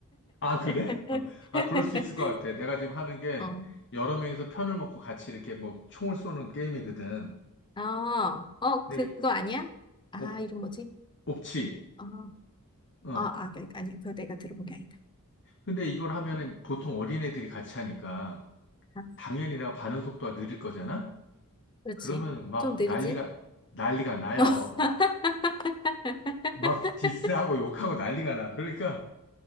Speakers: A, on the left; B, on the left.
A: 아, 그래?
B: <laughs>
A: 어. 아, 그럴 수 있을 것 같아. 내가 지금 하는 게
B: 어.
A: 여러 명이서 편을 먹고 같이 이렇게 뭐 총을 쏘는 게임이거든.
B: 어, 어,
A: 근데
B: 그거
A: 이-
B: 아니야? 아,
A: 옵,
B: 이름 뭐지?
A: 옵치.
B: 어, 어,
A: 어.
B: 아, 그- 아니, 그거 내가 들어본 게 아니다.
A: 근데 이걸 하면은 보통 어린애들이 같이 하니까
B: 아,
A: 당연히 내가 반응 속도가 느릴 거잖아?
B: 그렇지.
A: 그러면 막
B: 좀 느리지?
A: 난리가, 난리가 나요.
B: <laughs>
A: 막, 막 디스하고 욕하고 난리가 나. 그러니까